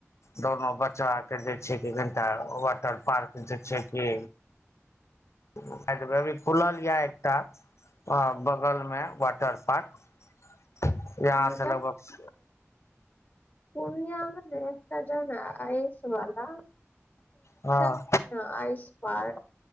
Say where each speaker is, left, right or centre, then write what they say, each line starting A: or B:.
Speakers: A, on the left; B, on the left.
A: दोनो बच्चा के जे छै क कनिटा वाटर पार्क जे छै की <unintelligible> खुलल यऽ एकटा अ बगल मे वाटर पार्क यहाँ
B: आओर
A: से लगभग
B: पूर्णियामे न जन आयसवला
A: हँ
B: <inaudible> आइस पार्क